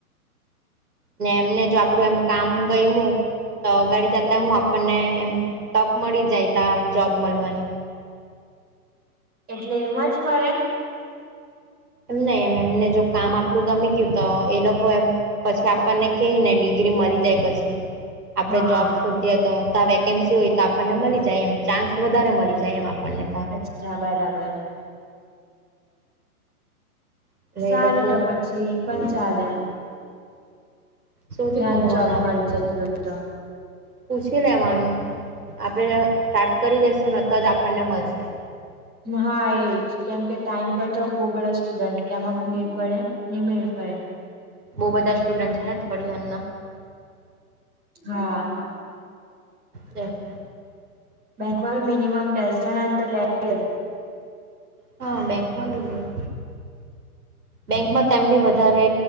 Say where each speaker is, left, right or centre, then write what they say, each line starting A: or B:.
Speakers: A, on the right; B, on the right.
A: ને એમને જો આપડું એમ કામ ગયમું. તો અગાડી જતા હું આપણને એમ તક મળી જાય ત જોબ મળવાની
B: એટલે એમ જ મળે
A: એમ નહી એમ એમને જો કામ આપલું ગમી ગયું તો એ લોકો એમ પછી આપણને ક ને ડિગ્રી મળી જાય પછી આપડે
B: હા
A: જોબ સુધી ત વેકેન્સી હોય તો આપણને મળી જાય એમ ચાન્સ વધારે મળી જાય એમ આપણને
B: અચછા બરાબર
A: એટલે
B: સારું
A: એ લોકો
B: તો પછી પણ
A: હમ
B: ચાલે
A: શોધી
B: ત્યાં
A: કાઢવાનું
B: જ જબ
A: આપડે
B: મળી જતી હોય તો
A: પૂછી લેવાનું આપણે સ્ટાર્ટ કરી દેસું નને તો જ આપણને મળશે
B: હા એજ કેમકે ટાઈમ પર તો બહુ બધા સ્ટુડન્ટ કેમક મેળ પડે નહી મેળ પડે
A: બહુ બધા સ્ટુડન્ટ છે ને થોડી અમના
B: હા
A: દટલે
B: બેંકમાં મિનિમમ દસ જણા લે જ
A: હા બે બેંકમાંલ નહી બેંકમાં તેમ બી વધારે